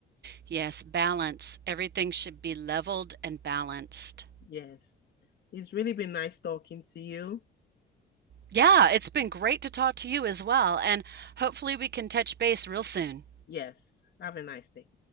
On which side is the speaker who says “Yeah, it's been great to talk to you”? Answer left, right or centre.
Right